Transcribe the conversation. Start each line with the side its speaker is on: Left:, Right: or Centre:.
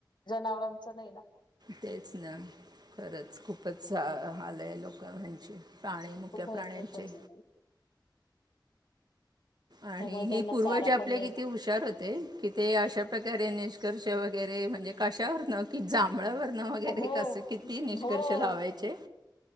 Left: जनावरांचं नाही ना.
Right: तेच ना खरंच खूपच हाल आहे लोक म्हण च प्राणी, मुख्या
Left: खूप भयंकर
Right: प्राण्यांचे,
Left: परिस्थिती
Right: आणि
Left: त्यामुळे त्यांना
Right: हे पूर्वज
Left: चारा
Right: आपले
Left: पण नाही.
Right: किती हुशार होते कि ते अशा प्रकारे निष्कर्ष वगैरे म्हणजे कशावर न की जांभळावर न वगैरे
Left: हो
Right: कस किती निष्कर्ष
Left: हो
Right: लावायचे.